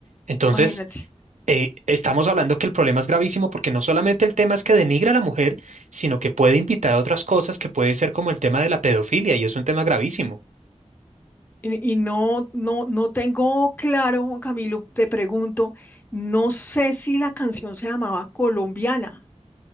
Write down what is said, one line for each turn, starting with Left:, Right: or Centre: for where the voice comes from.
Right: Entonces,
Left: Imagínate.
Right: eh, estamos hablando que el problema es gravísimo porque no solamente el tema es que denigra a la mujer, sino que puede invitar a otras cosas que puede ser como el tema de la pedofilia y es un tema gravísimo.
Left: Y, y no, no, no tengo claro, Juan Camilo, te pregunto, no sé si la canción se llamaba Colombiana.